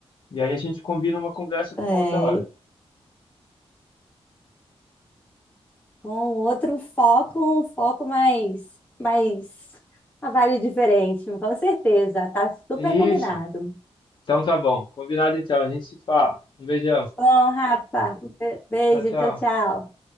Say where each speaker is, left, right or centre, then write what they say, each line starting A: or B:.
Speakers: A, on the left; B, on the left.
A: e aí a gente combina uma conversa para
B: É,
A: uma outra hora.
B: com outro foco, um foco mais, mais uma vibe diferente, com certeza. Tá super
A: Isso.
B: combinado.
A: Então tá bom, combinado então, a gente se fala. Um beijão.
B: Bom, Rafa, be- beijo,
A: Tchau, tchau.
B: tchau, tchau.